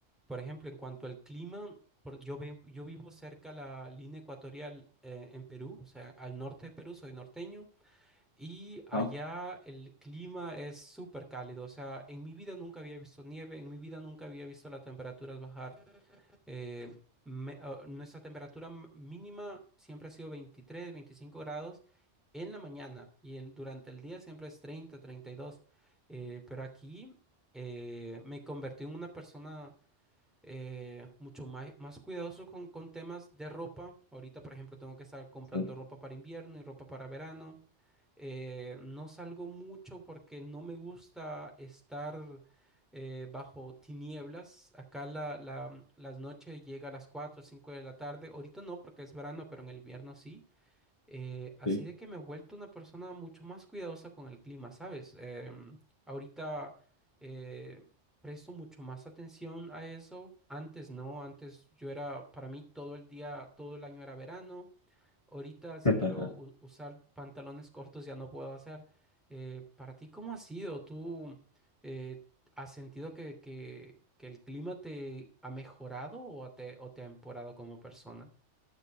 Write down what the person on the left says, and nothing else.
Ah,
sí.
Sí.
<laughs>